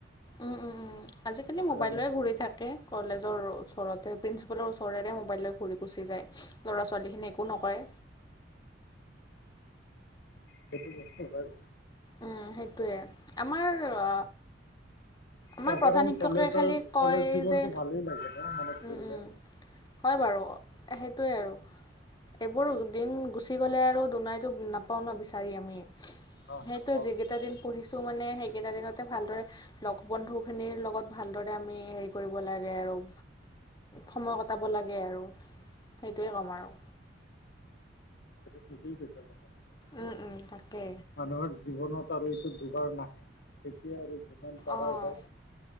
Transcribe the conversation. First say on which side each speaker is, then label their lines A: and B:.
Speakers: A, on the left; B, on the left.
A: উম উম উম আজিকালি
B: নহ'লে
A: মোবাইল
B: নহ'ব
A: লৈ ঘূৰি
B: ন
A: থাকে। কলেজৰ ওচৰতে, প্ৰিন্সিপালৰ ওচৰৰেৰে মোবাইল ললৈ ঘূৰি গুচি যায় ল'ৰা ছোৱালীখিনি একো নকয়।
B: সেইটো বস্তু হয়।
A: উ সেইটোৱে। আমাৰ অ আমাৰ
B: অভাৰঅল
A: প্ৰধান শিক্ষকে
B: কলেজৰ
A: খালী
B: কলেজ
A: কয়
B: জীৱনটো
A: যে,
B: ভালেই লাগে ন মনত পৰিলে
A: উম উম। হয় বাৰু সেইটোৱেই আৰু। এইবোৰ দিন গুচি গ'লে আৰু দুনাইটো নাপাও ন বিচাৰি আমি। সেইটোৱে
B: অ নাপাওঁ
A: যিকেইটা
B: নাপাওঁ
A: দিন পঢ়িছো মানে সেইকেইটা দিনতে ভালদৰে লগ বন্ধুখিনিৰ লগত ভালদৰে আমি হেৰি কৰিব লাগে আৰু সময় কটাব লাগে আৰু সেইটোৱে কম আৰু।
B: এইটো ঠিকেই কৈছা <unintelligible>
A: উম উম তাকে।
B: মানুহৰ জীৱনত আৰু এইটো দুবাৰ নাহে। তেতিয়া আৰু যিমান পাৰা
A: অ',
B: যায়